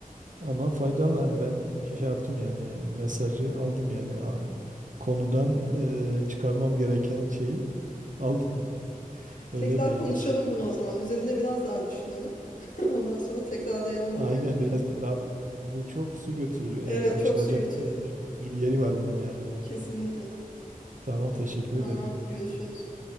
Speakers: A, on the right (about 60°); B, on the left (about 60°).
A: Ama faydalı hani ben şey yaptım yani mesajı aldım yani A- konudan e, çıkarmam gereken şeyi aldım. <laughs> Öyle
B: Tekrar
A: diyeyim.
B: konuşalım bunu o zaman. Üzerine biraz daha düşünelim. <laughs> Ondan sonra tekrarlayalım
A: Aynen
B: bu mevzuyu.
A: biraz da daha bu çok su götürür yani
B: Evet,
A: açılacak
B: çok su götürdün.
A: e, bir bir sürü yeri var bunun yani.
B: Kesinlikle.
A: Tamam teşekkür
B: Tamam,
A: ederim.
B: görüşürüz.